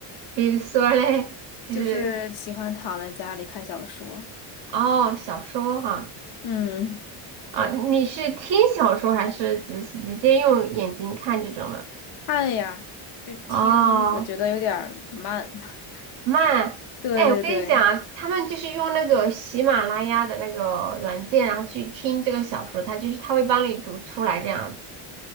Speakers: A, on the right; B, on the left.
A: 比如说嘞，
B: <laughs>
A: 就是
B: 就是喜欢躺在家里看小说。
A: 哦，小说哈
B: 嗯，
A: 啊，你是听小说还是直直接用眼睛看这种的？
B: 看呀，就听，
A: 哦，
B: 我觉得有点儿慢。<laughs>
A: 慢，
B: 对对对。
A: 哎，我跟你讲啊，他们就是用那个喜马拉雅的那个软件，然后去听这个小说，它就是它会帮你读出来这样子。